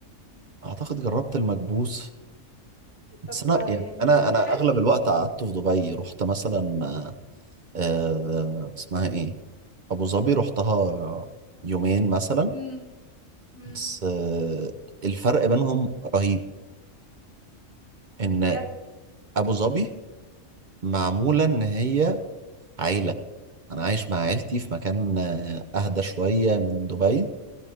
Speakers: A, on the right; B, on the left.
A: اعتقد جربت المكبوس بس
B: طب ده
A: انا يعني
B: يعني
A: انا انا
B: حلو
A: اغلب الوقت قعدت في دبي رحت مثلا آه اسمها ايه ابو ظبي رحتها يومين مثلا
B: امم امم
A: بس آه الفرق بينهم رهيب ان
B: بجد
A: ابو ظبي معمولة ان هي عيلة انا عايش مع عيلتي في مكان آه، اهدى شوية من دبي